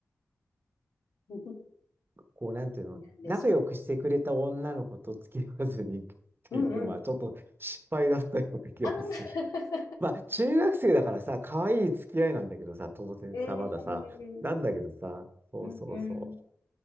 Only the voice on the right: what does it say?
こう、なんていうの、
仲良くしてくれた女の子と付き合わずにっていうのは、
ちょっと失敗だったような気がする。
<laughs> まあ、中学生だからさ、可愛い付き合いなんだけどさ、当然さ、
まださ、
なんだけどさ、そうそうそ